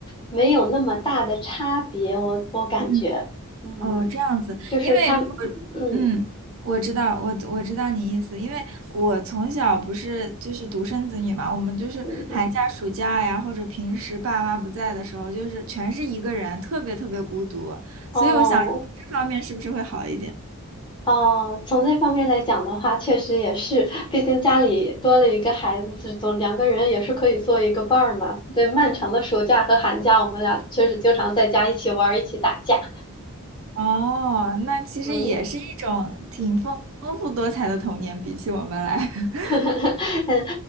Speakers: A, on the left; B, on the right.
A: 没有那么大的差别。我我感觉，
B: 嗯，
A: 嗯，
B: 哦，这样子，
A: 就是他，
B: 因为如果嗯，
A: 嗯
B: 我知道，我我知道你意思，因为我从小不是就是独生子女嘛，我们就是寒假、
A: 嗯，
B: 暑假呀，或者平时爸妈不在的时候，就是全是一个人，特别特别孤独，所以我想这方面是不是会好一点？
A: 哦。哦，从这方面来讲的话，确实也是，毕竟家里多了一个孩子，是总两个人也是可以做一个伴儿嘛。对，漫长的暑假和寒假，我们俩确实经常在家一起玩儿，一起打架。
B: 哦，那其实也是一种挺丰丰富多彩的童年，
A: 嗯，
B: 比起我们来，<laughs>
A: <laughs> 嗯，